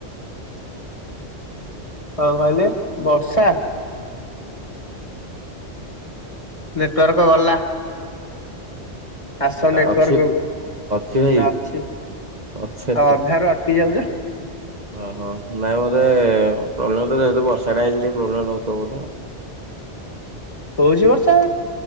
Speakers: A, on the left; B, on the right.
A: କଣ କହିଲେ ବର୍ଷା ନେଟୱାର୍କ ଗଲା। ଆସ ନେଟୱାର୍କକୁ
B: ଅଛି ଅଛି ଭାଇ?
A: ନା ଅଛି?
B: ଅଛି ଅଛି।
A: ଆଉ ଅଧାରୁ ଅଟକି ଯାଉଛ
B: ଓହୋ ନାଇଁ ବୋଧେ ପ୍ରୋବ୍ଲେମ୍ ତ ଯେହେତୁ ବର୍ଷାଟା ହେଇଛି ଟିକେ ପ୍ରୋବ୍ଲେମ୍ ହେଇଥିବ ବୋଧେ
A: ହଉଛି ବର୍ଷା?